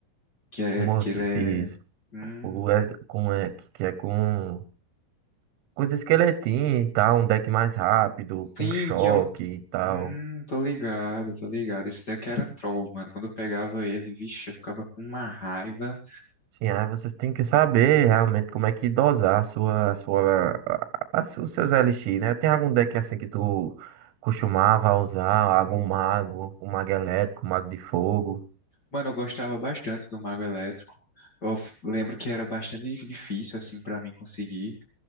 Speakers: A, on the left; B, on the right.
A: que é,
B: Como
A: que ele é,
B: isso,
A: hum,
B: o, ex- com, é, que que é com, com os esqueletinhos e tal, um deck mais rápido,
A: sim,
B: com choque
A: que é o,
B: e tal.
A: hum, tô ligado, tô ligado. Esse daqui era troll, mano. Quando eu pegava ele, vixe, eu ficava com uma raiva.
B: Sim, aí vocês têm que saber realmente como é que dosar a sua, a sua, a- a- os seus LX, né? Tem algum deck assim que tu costumava usar? Algum mago, um mago elétrico, um mago de fogo?
A: Mano, eu gostava bastante do Mago Elétrico. Eu f- lembro que era bastante difícil, assim, pra mim conseguir.